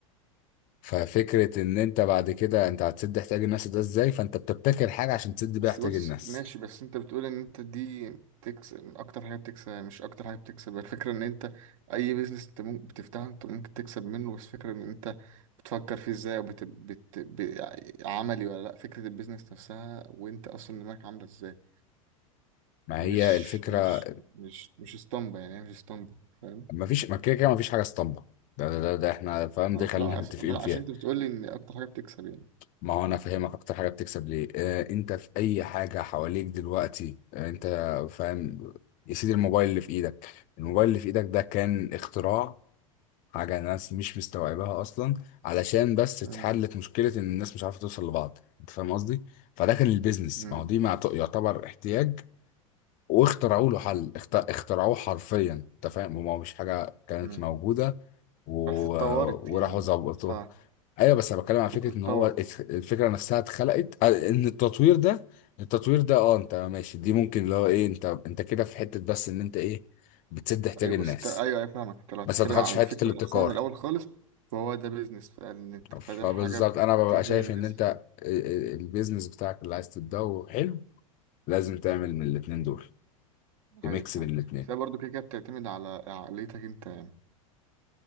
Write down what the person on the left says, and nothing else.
ففكره ان انت بعد كده انت هتسد احتياج الناس ده ازاي فانت بتبتكر حاجه عشان تسد
بيها احتياج
الناس
ما
هي الفكره
ما فيش ما كده كده ما فيش حاجه اسطمبه ده ده ده ده احنا فاهم
دي خلينا
متفقين
فيها
ما هو انا فاهمك اكتر حاجه بتكسب ليه آه انت في اي حاجه حواليك دلوقتي آه انت فاهم يا سيدي الموبايل اللي في ايدك الموبايل اللي في ايدك ده كان اختراع حاجه الناس مش مستوعباها اصلا علشان بس
اتحلت مشكله ان الناس مش عارفه توصل لبعض انت فاهم قصدي فده كان البيزنس
ما هو دي مع- يعتبر احتياج واخترعوا له حل اخت- اخترعوه حرفيا انت فاهم هو مش حاجه كانت
موجوده و...
وراحوا
ظبطوه
ايوه بس انا بتكلم عن فكره
ان هو ات- الفكره نفسها اتخلقت آه، ان التطوير ده التطوير ده اه انت ماشي دي ممكن اللي هو ايه انت انت كده في حته بس ان انت ايه بتسد احتياج
الناس
بس ما دخلتش
في
حته الابتكار
فبالظبط
انا ببقى
شايف
ان انت ال- ال- البيزنس بتاعك اللي عايز تبداه حلو لازم تعمل من الاتنين دول ميكس
بين الاتنين